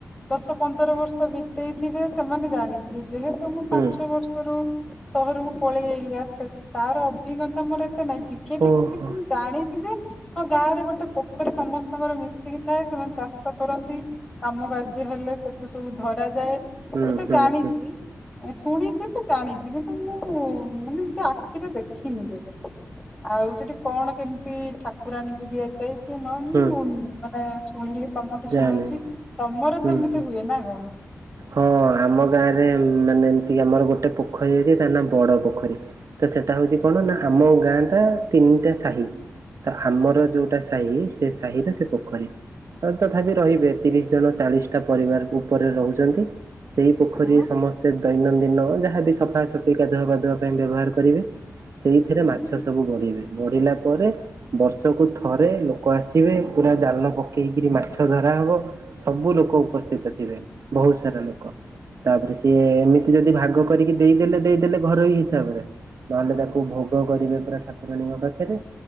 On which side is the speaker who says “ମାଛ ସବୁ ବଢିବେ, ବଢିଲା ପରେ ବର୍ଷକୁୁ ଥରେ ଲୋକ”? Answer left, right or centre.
Right